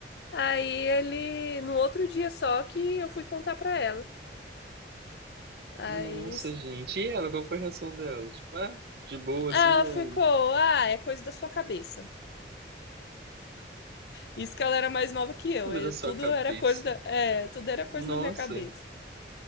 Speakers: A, on the left (about 70°); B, on the right (about 65°).
A: Aí ele no outro dia só que eu fui contar pra ela. Aí
B: Nossa, gente. E ela, qual foi a reação dela? Tipo, ah, de boa,
A: Ah,
B: assim,
A: ficou.
B: ou
A: Ah, é coisa da sua cabeça. Isso que ela era mais nova que eu.
B: coisa
A: eu-
B: da sua
A: tudo
B: cabeça?
A: era coisa da, é, tudo era coisa
B: Nossa,
A: na minha cabeça.